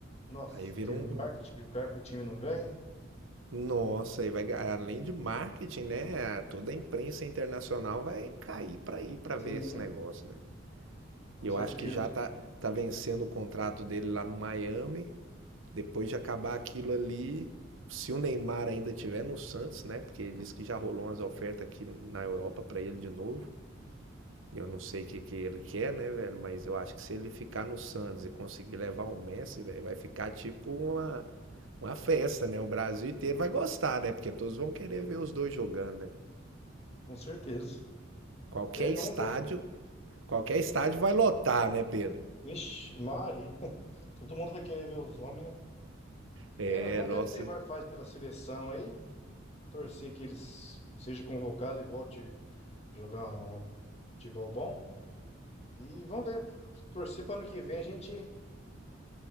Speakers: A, on the left; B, on the right.
A: Nossa,
B: Aí vira
A: que
B: um.
A: o marketing que o cara que o time não ganha. hein?
B: Nossa, aí vai ga- além de marketing, né? Toda a imprensa internacional vai cair pra ir pra
A: Sim,
B: ver esse negócio, né?
A: com
B: E eu
A: certeza.
B: acho que já tá, tá vencendo o contrato dele lá no Miami. Depois de acabar aquilo ali, se o Neymar ainda tiver no Santos, né? Porque ele disse que já rolou umas ofertas aqui na Europa para ele de novo. eu não sei o que que ele quer, né, velho? Mas eu acho que se ele ficar no Santos e conseguir levar o Messi, velho, vai ficar tipo uma, uma festa, né? O Brasil inteiro vai gostar, né? Porque todos vão querer ver os dois jogando, né?
A: Com certeza.
B: Qualquer
A: É, vamos
B: estádio,
A: ver.
B: qualquer estádio vai lotar, né, Pedro?
A: Vixe, Mari. <laughs> Todo mundo vai querer ver os homens, né?
B: É,
A: É, mas vamos
B: nossa,
A: ver o que o Neymar faz pela seleção aí. Torcer que ele s- seja convocado e volte jogar um futebol bom. E vamos ver. Torcer para ano que vem a gente